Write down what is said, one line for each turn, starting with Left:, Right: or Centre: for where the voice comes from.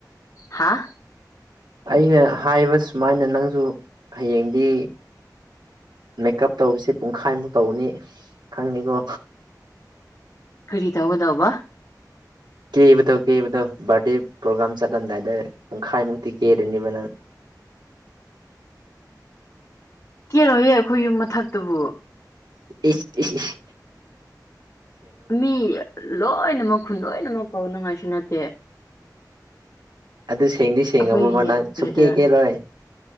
Left: ꯍꯥꯥ
Right: ꯑꯩꯅ ꯍꯥꯏꯕ ꯁꯨꯃꯥꯏꯅ ꯅꯪꯁꯨ ꯍꯌꯦꯡꯗꯤ ꯃꯦꯀꯞ ꯇꯧꯔꯤꯁꯦ ꯄꯨꯡꯈꯥꯏꯃꯨꯛ ꯇꯧꯅꯤ ꯈꯪꯉꯦꯀꯣ
Left: ꯀꯔꯤ ꯇꯧꯒꯗꯧꯕ
Right: ꯀꯦꯕꯗꯣ ꯀꯦꯕꯗꯣ ꯕꯥꯔꯗꯦ ꯄ꯭ꯔꯣꯒ꯭ꯔꯥꯝ ꯆꯠꯂꯝꯗꯥꯏꯗ ꯄꯨꯡꯈꯥꯏꯃꯨꯛꯇꯤ ꯀꯦꯔꯅꯤꯕ ꯅꯪ
Left: ꯀꯦꯔꯣꯏꯍꯦ ꯑꯩꯈꯣꯏ ꯌꯨꯝ ꯃꯊꯛꯇꯨꯕꯨ
Right: ꯢꯁ ꯢꯁ ꯢꯁ
Left: ꯃꯤ ꯂꯣꯏꯅꯃꯛ ꯈꯨꯟ ꯂꯣꯏꯅꯃꯛ ꯀꯧꯅꯉꯥꯏꯁꯨ ꯅꯠꯇꯦ
Right: ꯑꯗꯨ ꯁꯦꯡꯗꯤ ꯁꯦꯡꯉꯕꯣꯕ
Left: ꯑꯩꯈꯣꯏꯒꯤ
Right: ꯅꯪ ꯁꯨꯛ
Left: ꯂꯤꯗꯔ
Right: ꯀꯦ ꯀꯦꯔꯣꯏ